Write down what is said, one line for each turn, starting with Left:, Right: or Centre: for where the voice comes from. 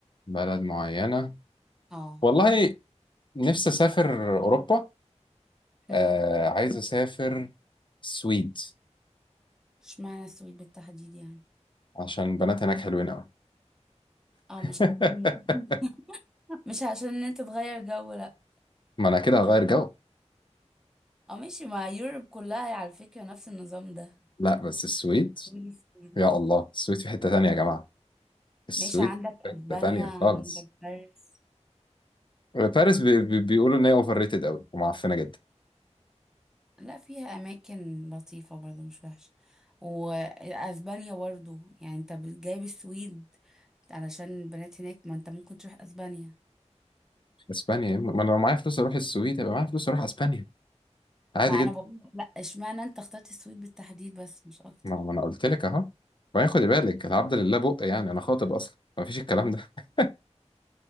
Left: بلد معينة
Centre: اه
Left: والله نفسي اسافر اوروبا
Centre: امم
Left: آه عايز اسافر السويد
Centre: اشمعنى السويد بالتحديد يعني
Left: عشان البنات هناك حلوين قوي
Centre: اه مش
Left: <laughs>
Centre: عشان <laughs> مش عشان ان انت تغير جو لا
Left: ما انا كده هغير جو
Centre: اه ماشي ما يوروب كلها على فكرة نفس النظام ده
Left: لا بس السويد
Centre: قولي السويد
Left: يا الله السويد في حتة تانية يا جماعة السويد
Centre: ماشي عندك
Left: في
Centre: اسبانيا
Left: حتة تانية
Centre: عندك
Left: خالص
Centre: باريس
Left: باريس بي بي بيقولوا ان هي اوفر ريتد قوي ومعفنة جدا
Centre: لا فيها اماكن لطيفة برضو مش وحشة واسبانيا برضو يعني انت جايب السويد علشان البنات هناك ما انت ممكن تروح اسبانيا
Left: اسبانيا يا إما- ما انا لو معايا فلوس اروح السويد يبقى معايا فلوس اروح اسبانيا عادي
Centre: ما
Left: جدا
Centre: انا بقول لا اشمعنى انت اخترت السويد بالتحديد بس مش اكتر
Left: ما ما انا قلت لك اهو وبعدين خدي بالك العبد لله بق يعني انا خاطب اصلا ما فيش الكلام ده <laughs>